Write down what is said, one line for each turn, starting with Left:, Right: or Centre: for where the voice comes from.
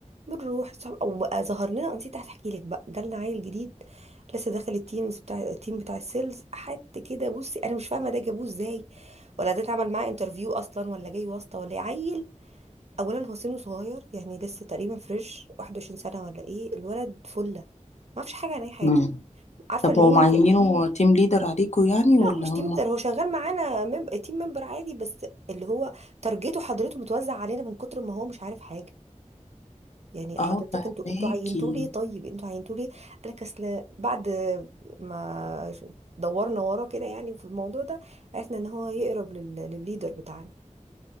Right: بنروح الصبح او بقى ظهر لنا أنا نسيت احكي لك بقى جالنا عيل جديد لسه داخل التيمز بتاع التيم بتاع السيلز حد كده بصي انا مش فاهمه ده جابوه ازاي ولا ده اتعمل معاه انترفيو اصلا ولا جاي واسطه ولا إيه. عيل اولا هو سنه صغير يعني لسه تقريبا فريش 21 سنه ولا ايه الولد فله ما اعرفش حاجه عن اي حاجه
Left: مم.
Right: عارفه
Left: طب
Right: اللي
Left: هو
Right: هو
Left: معينينه
Right: انت
Left: تيم ليدر عليكوا يعني
Right: لا
Left: ولا
Right: هو مش
Left: هم
Right: تيم ليدر هو شغال معانا مم... تيم ممبر عادي بس اللي هو تارجته حضرته متوزع علينا من كتر ما هو مش عارف حاجه يعني
Left: اه
Right: حضرتك
Left: فهماكي
Right: انتوا انتوا عينتوه ليه طيب انتوا عينتوه ليه قال لك اصل بعد ما ش- دورنا وراه كده يعني في الموضوع ده عرفنا ان هو يقرب لل... للليدر بتاعنا